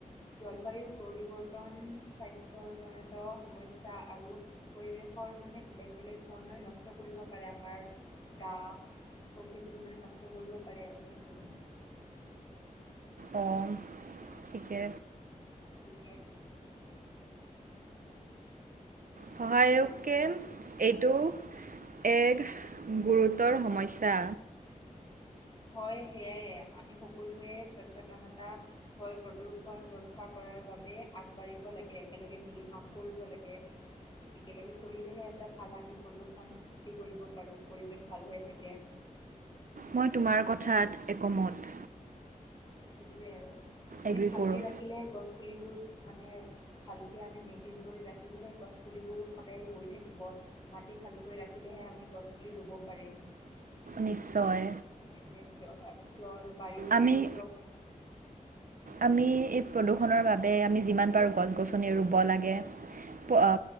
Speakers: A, on the left; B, on the right.
A: জলবায়ু পৰিৱৰ্তন স্বাস্থ্যজনিত সমস্যা আৰু পৰিৱেশৰ মানে বেলেগ বেলেগ ধৰণৰে নষ্ট কৰিব পাৰে আমাৰ গা চব সেইবোৰ মানে নষ্ট কৰিব পাৰে আৰু সেইটো।
B: অ'। ঠিকে।
A: ঠিকে।
B: সহায়কে এইটো এক গুৰুতৰ সমস্যা।
A: হয় সেয়াইয়ে আমি সকলোৱে স্বচ্ছতনতা হয় প্ৰদূৰষণ ৰক্ষা কৰাৰ বাবে আগবাঢ়িব লাগে, একেলগে মিলি কাম কৰিব লাগে। একেলগে চলিলেহে এটা ভাল আমি প্ৰদূষণ সৃষ্টি কৰিব পাৰোঁ, পৰিৱেশ ভাল হৈ থাকে।
B: মই তোমাৰ কথাত একমত।
A: সেইটোৱে আৰু আমি
B: এগ্ৰী
A: ভালকে
B: কৰোঁ
A: ৰাখিলে গছপুলিবোৰ মানে, ভালকে আমি মেইন্টেইন কৰি ৰাখিলেহে গছপুলিবোৰ সদায় হৈ থাকিব। মাটি ভালকৈ ৰাখিলেহে আমি গছপুলি ৰুব পাৰিম।
B: নিশ্চয়।
A: সেইটোৱে, জ-জল বায়ু সেইবোৰ
B: আমি
A: চব,
B: আমি এই প্ৰদূষণৰ বাবে আমি যিমান পাৰোঁ গছ-গছনি ৰুব লাগে।
A: সেইটোৱে
B: প, আ,